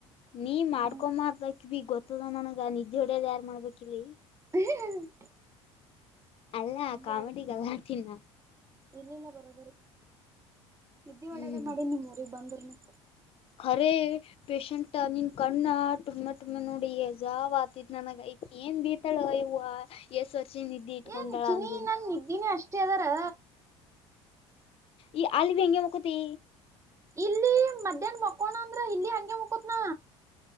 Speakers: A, on the left; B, on the right.
A: ನೀ ಮಾಡ್ಕೊಂಬರ್ದ್
B: ಹಾ
A: ಅಕಿ ಬಿ ಗೊ ನನಗ ನಿದ್ದೆ ಹೊಡೆಯದ ಯಾರು ಮಾಡ್ಬೇಕು ಇಲ್ಲಿ
B: ಹ್ಮ
A: ಅಲ್ಲ
B: ಹಂಗೆ
A: ಕಾಮಿಡಿ ಗಲಾಟಿನ
B: ಇಲ್ಲಿಲ್ಲ ಬರೋಬರಿ ನಿದ್ದಿ ಒಡದೇ
A: ಹ್ಮ್
B: ಮಾಡಿ ನಿಮ್ಮೂಊರಿಗೆ ಬಂದ್ರನು
A: ಅರೇ ಪೇಶಂಟ್ ನಿನ್ ಕಣ್ಣ ಟುಮ ಟುಮ್ಮ ನೋಡಿ ಜಾವ್ ಆತತಿ ನನಗ ಐ ಏನ್ ಬೀತಾಳ ಯವ್ವ ಏಸ್ ವರ್ಷನ್ ನಿದ್ದಿ ಇಟ್ಕೊಂಡಾಳ
B: ಏನ್ ಚಿನಿ
A: ಅಂದನಿ
B: ನನ್ ನಿದ್ದಿನೇ ಅಷ್ಟ ಅದಾರಾ
A: ಈ ಆಲ್ಲಿಬಿ ಹಿಂಗೇ ಮಕ್ಕೋತಿ
B: ಇಲ್ಲಿ ಮಧ್ಯಾಹ್ನ ಮಕೋಣ ಅಂದ್ರ ಇಲ್ಲಿ ಹಂಗೆ ಮುಕೋತ್ನಾ